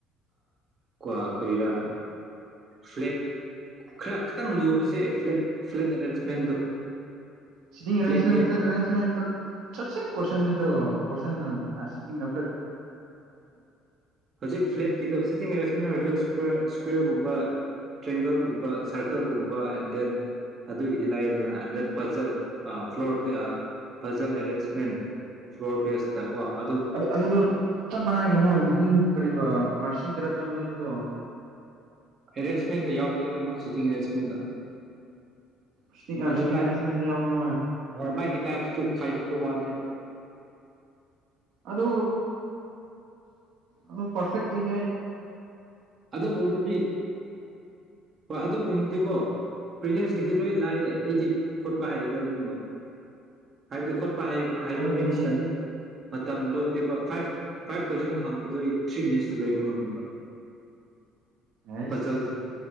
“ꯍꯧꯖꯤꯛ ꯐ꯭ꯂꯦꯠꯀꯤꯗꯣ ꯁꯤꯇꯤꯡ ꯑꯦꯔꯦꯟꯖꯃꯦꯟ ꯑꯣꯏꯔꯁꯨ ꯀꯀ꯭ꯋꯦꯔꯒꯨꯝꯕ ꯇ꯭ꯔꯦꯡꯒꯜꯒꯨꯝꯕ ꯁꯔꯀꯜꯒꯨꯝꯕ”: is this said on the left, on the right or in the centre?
Right